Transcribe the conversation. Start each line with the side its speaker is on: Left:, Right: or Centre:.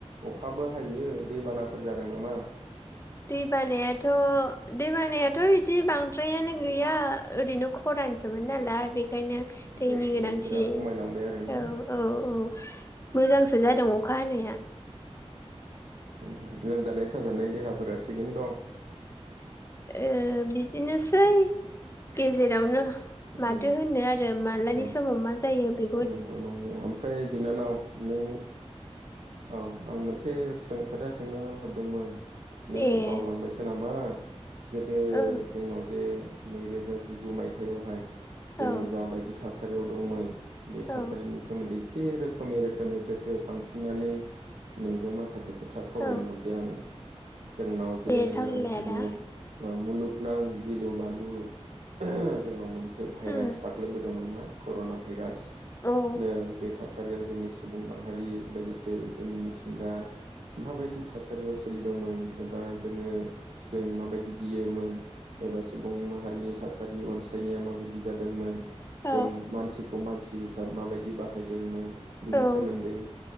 Right: अखाबो हायो दैबानाफोर जादों नामा?
Left: दै बानायाथ' दै बानायाथ' बिदि बांद्रायानो गैया ओरैनो खर रानसोमोन नालाय बे बेखायनो दैनि
Right: दै
Left: गोनांथि
Right: दैफोरा खमायलांबाय आरोना
Left: औ औ औ मोजांसो जादों अखा हानाया
Right: उम लोमजानाय साजानाय देहाफोरा थिगैनो दं?
Left: ओ बिदिनोसै गेजेरावनो
Right: उम
Left: माथो होनो आरो मालानि
Right: औ
Left: समाव मा जायो बे
Right: नंगौ नंगौ ओमफ्राय बिनानाव नों औ आं मोनसे खोथा सोंनो हरदोंमोन नों
Left: ए
Right: बावलांबायसो नामा गोदो
Left: ओ
Right: जोंनाव जे नैरोजा जिगु मायथाइयावहाय जोङो
Left: औ
Right: जाबायदि थासा थासारियाव दंमोन बे थासारिनि
Left: औ
Right: सोमोन्दै एसे रोखोमै रोखोमै गोसो खां नानै नोंजों माखासे खोथा सावरायनो
Left: औ
Right: हरदो आङो जोंनाव जे
Left: दे
Right: नैरोजा
Left: सावरायलाय
Right: जिगुआव
Left: आदा
Right: ओ मुलुग नां गिलु बालु ओह जोंनाव मोनसे भाइरास
Left: उम
Right: साग्लोबबोदोंमोन ना कर'ना भाइरास
Left: औ
Right: नै बे थासारियाव जोंनि सुबुं माहारि लोगोसे जोंनि मिथिंगा माबायदि थासारियाव सोलिदोंमोन एबा जोङो जों माबायदि गियोमोन एबा सुबुं माहारिनि थासारि अनसायनाया माबायदि जादोंमोन जों
Left: औ
Right: मानसिखौ खौ मानसि हिसाब माबायदि बाहायदोंमोन बिनि
Left: औ
Right: सोमोन्दै